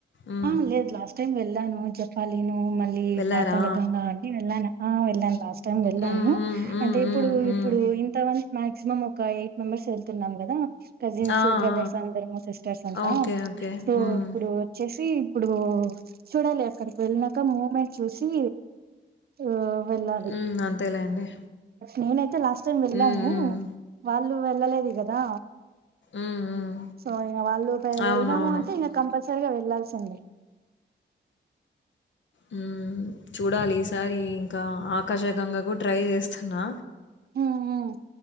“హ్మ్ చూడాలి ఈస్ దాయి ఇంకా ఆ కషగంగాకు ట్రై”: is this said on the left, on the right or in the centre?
Left